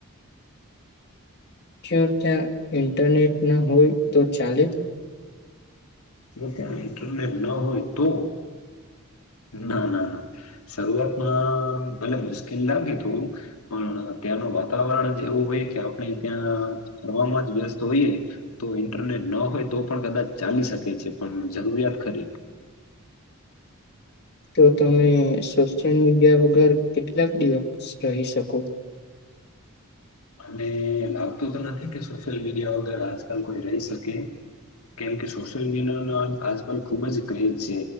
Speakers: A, on the left; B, on the left.
A: જો્યા ત્યાં ઇન્ટરનેટ ના હોય તો ચાલે
B: જો ત્યાં ઇન્ટરનેટ ના હોય તો ના ના ના શરૂઆતમાં ભલે મુશ્કેલ લાગે થોડું પણ ત્યાંનું વાતાવરણ જ એવું હોય કે આપણે ત્યાં ફરવામાં જ વ્યસ્ત હોઈએ તો ઈન્ટરનેટ ન હોય તો પણ કદાચ ચાલી શકે છે પણ જરૂરિયાત ખરી
A: તો તમે સોશિયલ મીડિયા વગર કેટલાક દિવસ રહી શકો
B: મને લાગતું તો નથી કે સોશિયલ મીડિયા વગર આજકાલ કોઈ રહી શકે કેમ કે સોશિયલ મીડિયા ના આજકાલ ખુબ જ ક્રેજ છે